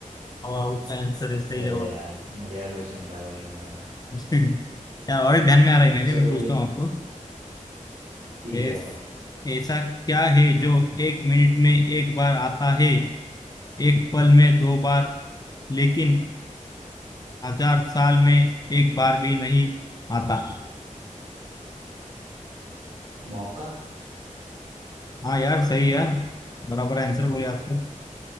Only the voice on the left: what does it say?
हवा उसका आंसर है सही
जवाब
<laughs> यार और एक ध्यान में आ रहा है मेरे
मैं पूछता
हूँ आपको
एस,
ऐसा क्या है जो एक मिनट में एक बार आता है एक पल में दो बार लेकिन हजार साल में एक बार भी नहीं आता
हाँ यार सही यार बराबर आंसर बोले आप तो।